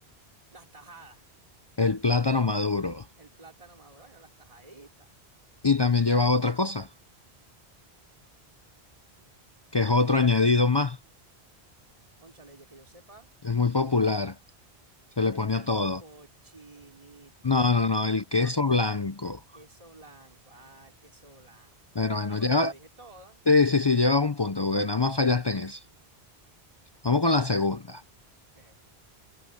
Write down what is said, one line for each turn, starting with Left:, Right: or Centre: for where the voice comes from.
Right: Las tajadas,
Left: El plátano maduro.
Right: el plátano maduro, bueno, las tajaditas.
Left: Y también lleva otra cosa, que es otro añadido más.
Right: Cónchale, ya que yo sepa,
Left: Es muy popular. Se le ponía
Right: el
Left: todo.
Right: cochinito.
Left: No, no, no, el queso
Right: No,
Left: blanco.
Right: queso blanco, ah, el queso blanco.
Left: Bueno, bueno,
Right: Ah, pero
Left: lleva,
Right: te la dije toda.
Left: sí, sí, sí, llevas un punto, porque nada más fallaste en eso. Vamos con la segunda.
Right: Ok,